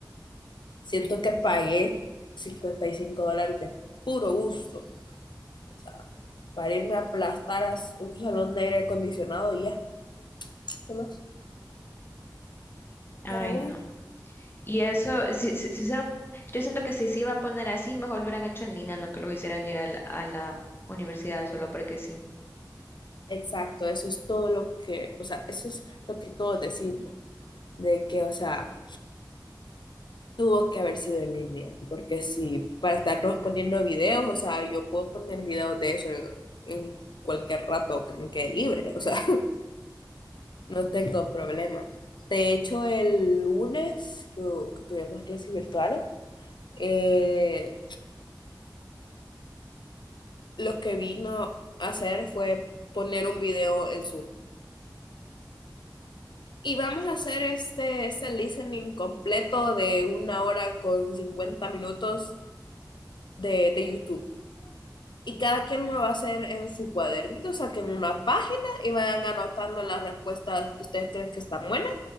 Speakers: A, on the left (about 90°); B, on the left (about 30°).
A: siento que pagué 55 dólares de puro gusto. O sea, para irme a aplastar a un salón negro acondicionado y ya, ¿qué más?
B: Ay,
A: Pero bueno,
B: no. Y eso, si, si, si se- yo siento que si se iba a poner así, mejor lo hubieran hecho en línea, no que lo hicieran ir al- a la, universidad solo porque sí.
A: exacto, eso es todo lo que, o sea, eso es lo que todos decimos, de que, o sea, tuvo que haber sido en línea, porque si para estarnos poniendo videos, o sea, yo puedo poner videos de eso en, en cualquier rato que me quede libre, o sea. No tengo problema. De hecho, el lunes que, que tuvimos clases virtuales, eh, lo que vino a hacer fue poner un video en Zoom. Y vamos a hacer este, este listening completo de una hora con 50 minutos de, de YouTube. Y cada quien lo va a hacer en su cuadernito, saquen una página y vayan anotando las respuestas que ustedes creen que están buenas.